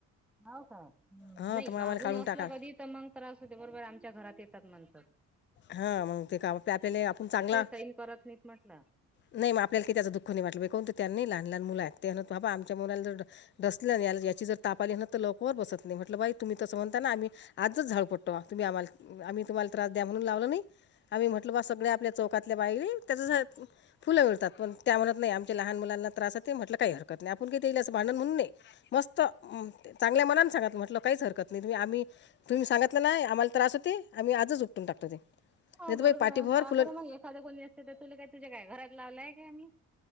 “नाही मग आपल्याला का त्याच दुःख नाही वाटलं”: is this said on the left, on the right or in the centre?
Left